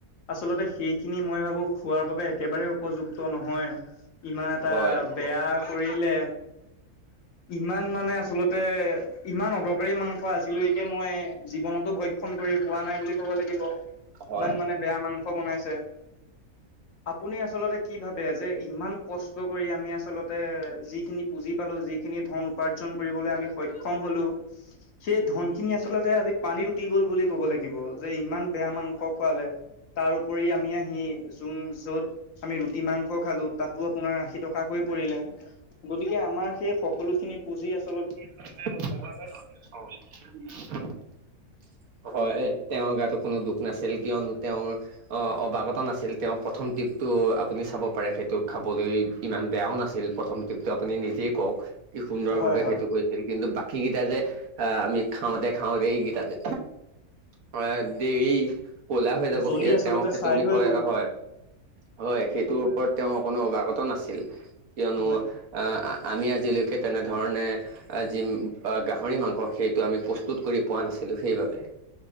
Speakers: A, on the left (about 60°); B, on the right (about 70°).
A: আচলতে সেইখিনি মই ভাবো খোৱাৰ বাবে একেবাৰে উপযুক্ত নহয়। ইমান এটা
B: হয়
A: বেয়া কৰিলে ইমান মানে আচলতে, ইমান অদৰকাৰী মাংস আজিলৈকে মই, জীৱনতো ভক্ষণ কৰি পোৱা নাই বুলি ক'ব লাগিব
B: হয়
A: ইমান মানে বেয়া মাংস। বনাইছে আপুনি আচলতে কি ভাবে যে ইমান কষ্ট কৰি আমি আচলতে যিখিনি পুঁজি পালোঁ যিখিনি ধন উপাৰ্জন কৰিবলৈ আমি, সক্ষম হ'লোঁ। সেই ধন খিনি আচলতে আজি পানীত উটি গল বুলি ক'ব লাগিব যে ইমান বেয়া মাংস খোৱালে, তাৰপৰি আমি আহি যোন য'ত আমি ৰুটি মাংস খালো তাতো আপোনাৰ আশী টকাকৈ পৰিলে গতিকে আমাৰ সেই, সকলো খিনি পুজি আছে।
B: <unintelligible> হয় তেওঁৰ গাতো কোনো দুখ নাছিল কিয়নো তেওঁৰ অ অৱাগত নাছিল তেওঁ প্ৰথম টিপটো আপুনি চাব পাৰে সেইটো খাবলৈ ইমান বেয়াও নাছিল। প্ৰথম টিপটো নিজে কওক কি সুন্দৰ
A: হয়
B: ভাৱেই
A: হয়।
B: ছিল কিন্তু বাকী কেইটা যে আহ আমি খাওঁতে খাওঁতে এইকেইটা যে হয় দেই। কলা হৈ যাব
A: জ্বলি
B: সে
A: আচলতে
B: তেওঁ সেইটো
A: ছাই
B: বিষয়ে
A: হৈ গ'ল
B: হয় হয় সেইটোৰ ওপৰত তেওঁ অকনো অৱাগত নাছিল কিয়নো
A: হয়
B: আহ আমি আজিলৈকে তেনেধৰণে যি গাহৰি মাংস সেইটো আমি প্ৰস্তুত কৰি পোৱা নাছিলো সেইবাবে